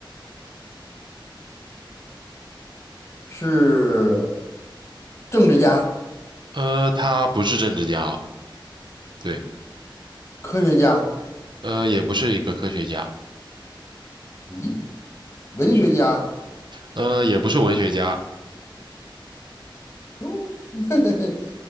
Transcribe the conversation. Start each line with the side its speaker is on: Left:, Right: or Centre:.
Left: 是政治家。
Right: 呃，他不是政治家哦，对，
Left: 科学家，
Right: 呃，也不是一个科学家，
Left: 咦，文学家，
Right: 呃，也不是文学家，
Left: 哟，<laughs> 嘿嘿嘿